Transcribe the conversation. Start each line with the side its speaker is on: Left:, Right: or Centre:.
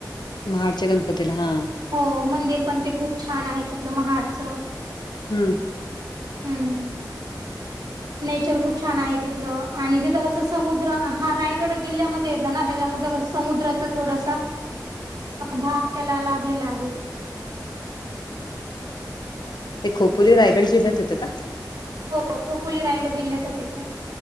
Left: महाडच्या गणपतीला हा.....
Right: हो मंदिर पण ते खूप छान आहे तिथलं महाडचं....
Left: हम्म.....
Right: हम्म.... नेचर खूप छान आहे तिथलं आणि तिथं कसं समुद्र हा रायगड जिल्ह्यामध्ये येत ना त्याच्यामुळ कसं.... समुद्राचा थोडासा भाग त्याला लाभलेला आहे....
Left: हे खोपोली रायगड जिल्ह्यात येतं का?
Right: हो खोपोली रायगड जिल्ह्यातच आहे...